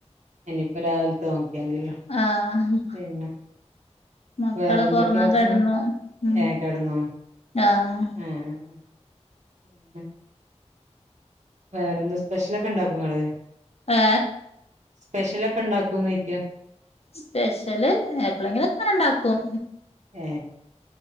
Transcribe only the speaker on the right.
ഇനിയിപ്പ രാവിലത്തെ നോക്കിയതില്ലോ
പിന്നെ
വേറെ എന്തൊക്കെയ
വർത്താനം
ഏ കിടന്നാ
ആഹ് പിന്നെ വേറെ എന്തോ സ്പെഷ്യലൊക്കെ ഇണ്ടാക്കുവോ നിങ്ങള്
സ്പെഷ്യല് ഒക്കെ ഇണ്ടാക്കുവോന്ന് ചോയ്ക്കാ
ഏ